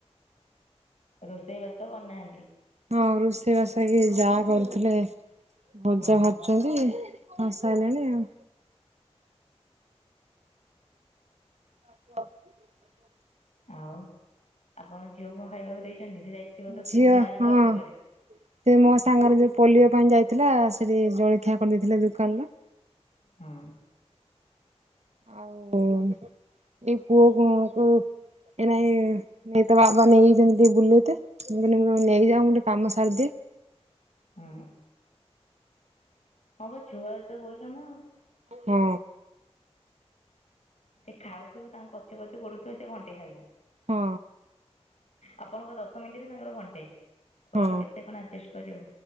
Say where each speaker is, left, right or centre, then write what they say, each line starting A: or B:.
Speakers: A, on the left (about 85°); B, on the right (about 75°).
A: ରୋଷେଇ ବାସ କରୁନାହାଁନ୍ତି?
B: ହଁ ରୋଷେଇ ବାସ କି ଯାଆ କରୁଥିଲେ ଭଜା
A: ହୁଁ
B: ଭାରୁୁଛନ୍ତି। ହଁ ସାଇଲାଣି ଆଉ। <inaudible>
A: ଆଉ ଆପଣ ଝିଅକୁ କଣ ଖାଇବାକୁ ଦେଇଛନ୍ତି। ସେ ଯାଇଥିବ ତ
B: ଝିଅ
A: ସ୍କୁଲ ନା ଆଜି
B: ହଁ
A: ତ ରବିବାରେ।
B: ସେ ମୋ ସାଙ୍ଗରେ ଯୋଉ ପୋଲିଓ ପାଇଁ ଯାଇଥିଲା। ସେଠି ଜଳଖିଆ କରିଦେଇଥିଲା ଦୋକାନରୁ।
A: ହୁଁ।
B: ଆଉ ଏଇ ପୁଅକୁ କୁ ଏନାଇ ତା ବାବା ନେଇଯାଇଛନ୍ତି ଟିକେ ବୁଲେଇ ତେ। ମୁଁ କହିଲି ତମେ ନେଇଯାଅ ମୁଁ ଟିକେ କାମ ସାରିଦିଏ।
A: ହୁଁ। ହଁ ବା ଛୁଆର ତ ବୋଇ କାମ ଆଉ।
B: ହୁଁ।
A: ସେ ଖାଉଥିବ ତାଙ୍କୁ ପଛେ ପଛେ ଗୁଡ଼ଉଥିବ ସେ ଘଣ୍ଟେଇ ଖାଇବ।
B: ହୁଁ।
A: ଆପଣଙ୍କର ଦଶ ମିନିଟ ତାଙ୍କର ଘଣ୍ଟେ। କୁଆଡୁ
B: ହଁ
A: କେତେ ଆପଣ ଆଜେଷ୍ଟ କରିବ